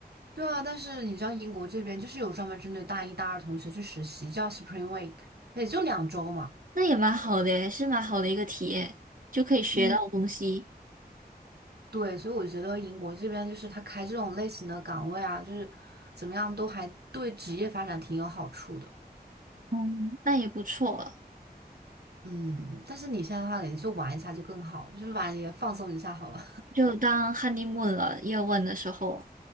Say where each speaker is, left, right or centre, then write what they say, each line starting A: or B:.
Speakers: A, on the right; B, on the right.
A: 对啊，但是你知道英国这边就是有专门针对大一、大二同学去实习，叫 Spring Week，也就两周嘛。
B: 那也蛮好的耶，是蛮好的一个体验，就可以学到东西，
A: 嗯，对，所以我觉得英国这边就是他开这种类型的岗位啊，就是怎么样都还对职业发展挺有好处的。
B: 嗯，那也不错了，
A: 嗯，但是你现在的话，你就玩一下就更好，就是玩也放松一下好了。
B: 就当 honeymoon 了，夜问的时候。